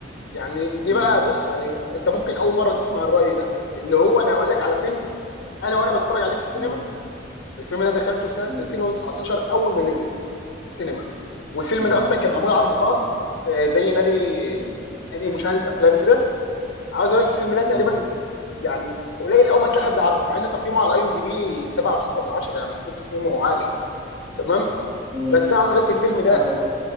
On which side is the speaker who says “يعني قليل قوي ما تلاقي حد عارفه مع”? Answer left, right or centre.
Left